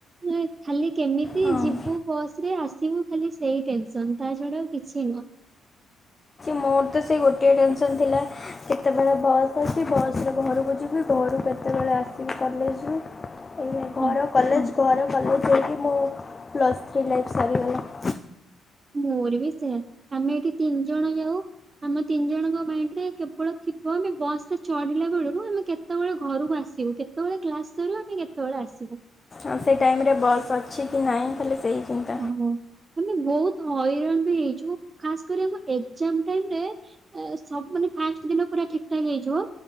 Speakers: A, on the right; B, on the left.
A: ନାଇଁ ଖାଲି କେମିତି
B: ହଁ।
A: ଯିବୁ ବସ୍ ରେ ଆସିବୁ ଖାଲି ସେଇ ଟେନସନ ତା ଛଡା ଆଉ କିଛି ବି ନୁହଁ।
B: ମୋର ତ ସେ ଗୋଟିଏ ଟେନସନ୍ ଥିଲା କେତେବେଳେ ବସ୍ ଅଛି ବସରେ ଘରକୁ ଯିବି ଘରୁ କେ ସେତେବେଳେ ଆସିକି କଲେଜରୁ ଏଇ କର
A: ହଁ
B: କଲେଜ କର କଲେଜ ହେଇକି ମୁଁ ପ୍ଲସ୍ ଥ୍ରୀ ଲାଇଫ୍ ସରିଗଲି।
A: ମୋର ବି ସେୟା ଆମେ ଏଠି ତିନି ଜଣ ଯାଉ ଆମ ତିନି ଜଣଙ୍କ ମାଇଣ୍ଡ ରେ କେବଳ ଥିବ ଆମେ ବସ ରେ ଚଢିଲା ବେଳରୁ ଆମେ କେ କେତେବେଳେ ଘରକୁ ଆସିବୁ କେତେବେଳେ କ୍ଲାସ ସରିବ ଆମେ କେତେବେଳେ ଆସିବୁ।
B: ଆଉ ସେ ଟାଇମେ ବସ୍ ଅଛି କି ନାହିଁ ଖାଲି ସେହି ଚିନ୍ତା।
A: ହ ମାନେ ବହୁତ ହଇରାଣ ବି ହେଇଛୁ ଖାସ କରି ଆମ ଏକ୍ସାମ୍ ଟାଇମରେ ଏ ସବୁ ମାନେ ଫାଷ୍ଟ ଦିନ ପୁରା ଠିକ୍ ଠାକ୍ ହେଇଯିବ।